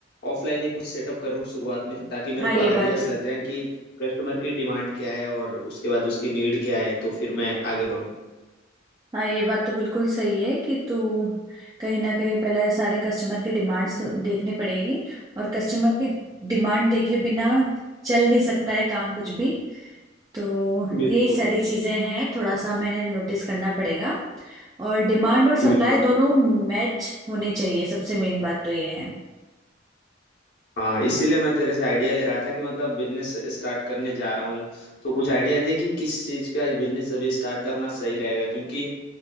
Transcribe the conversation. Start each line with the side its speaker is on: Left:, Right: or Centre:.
Left: ऑफलाइन ही कुछ सेटअप करूँ शुरुआत में ताकि मेरे
Right: हाँ ये
Left: को आइडियाज
Right: बात तो
Left: लग जाएं कि कस्टमर की डिमांड क्या है और उसके बाद उसकी नीड क्या है तो फिर मैं आगे बढ़ूँ
Right: हाँ ये बात तो बिल्कुल सही है कि तू कहीं ना कहीं पहले सारे कस्टमर के डिमांड्स तो देखनी पड़ेगी और कस्टमर के डिमांड देखे बिना चल नहीं सकता है काम कुछ भी तो
Left: बिल्कुल
Right: यही सारी चीजें हैं थोड़ा सा मैं नोटिस करना पड़ेगा और डिमांड और सप्लाई
Left: बिल्कुल
Right: दोनों मैच होने चाहिए सबसे मेन बात तो ये है
Left: हाँ इसीलिए मैं तेरे से आइडिया ले रहा था कि मतलब बिजनेस स्टार्ट करने जा रहा हूँ तो कुछ आइडिया दे कि किस चीज़ का बिजनेस अभी स्टार्ट करना सही रहेगा क्योंकि